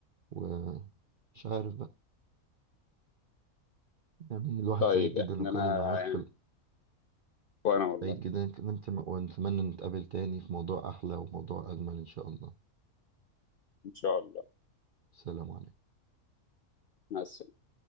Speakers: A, on the right; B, on the left.
A: ومش عارف بقى يعني الواحد
B: طيب
A: سعيد جدا
B: يعني
A: انه
B: انا
A: اتكلم معاك
B: يعني
A: في ال-
B: وانا والله
A: سعيد جدا إني اتكلمت مع- ونتمنى نتقابل تاني في موضوع احلى وموضوع اجمل ان شاء الله
B: ان شاء الله
A: سلام عليكم
B: مع السلامة